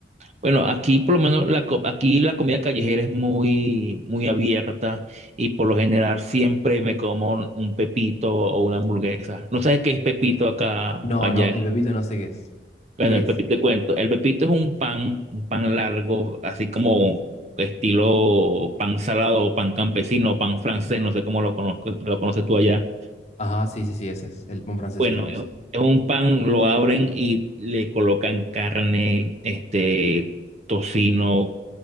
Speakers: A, on the right; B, on the left.
A: Bueno, aquí por lo menos la, co- aquí la comida callejera es muy, muy abierta y por lo general siempre me como un un pepito o una hamburguesa. ¿No sabes qué es pepito acá,
B: No,
A: allá
B: no, el pepito no sé qué es.
A: Bueno,
B: ¿Qué
A: el
B: es?
A: pepito, te cuento. El pepito es un pan, un pan largo, así como estilo pan salado o pan campesino, o pan francés, no sé cómo lo conozco, lo conoces tú allá.
B: Ajá, sí, sí, sí, ese es. El pan francés
A: Bueno,
B: creo
A: es
B: que es.
A: es un pan, lo abren y le colocan carne, este, tocino,